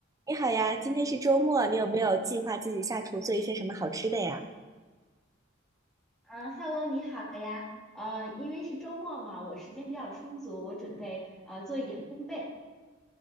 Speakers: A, on the right; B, in the centre.
A: 你好呀，今天是周末，你有没有计划自己下厨做一些什么好吃的呀？
B: 嗯，Hello，你好呀。呃，因为是周末嘛，我时间比较充足，我准备呃做一点烘焙